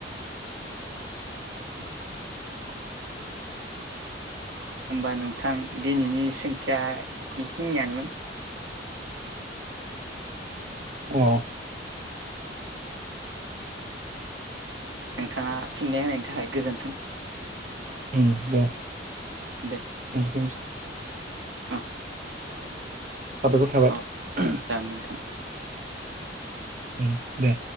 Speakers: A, on the right (about 80°); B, on the right (about 45°).
A: <inaudible> होमबा नोंथां दिनैनि सोंथिया एखिनियानोमोन।
B: औ।
A: नोंथाङा फिननाय होनायनि थाखाय गोजोन्थों।
B: ओम दे
A: दे
B: <unintelligible>
A: ओं
B: साबायखर थाबाय।
A: अ जागोन नोंथां
B: ओम दे।